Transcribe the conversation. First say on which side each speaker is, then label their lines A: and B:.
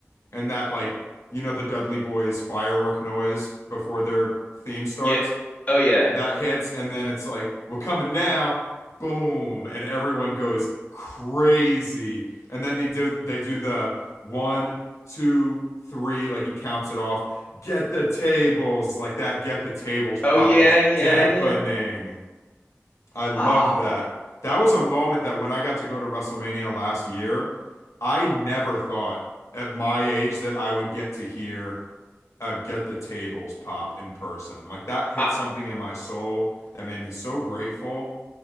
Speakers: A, on the left (about 70°); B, on the left (about 30°).
A: And that, like, you know, the Dudley Boys firework noise before their theme starts
B: Yeah. Oh, yeah.
A: that hits, and then it's like, we're coming now, boom, and everyone goes crazy. And then they do they do the one, two, three, like he counts it off. Get the tables, like that. Get the tables pop
B: Oh yeah,
A: was
B: yeah,
A: deafening.
B: yeah.
A: I loved
B: Oh,
A: that. That was a moment that when I got to go to WrestleMania last year, I never thought at my age that I would get to hear uh, Get the Tables Pop in person. Like that hit
B: I
A: something in my soul that made me so grateful.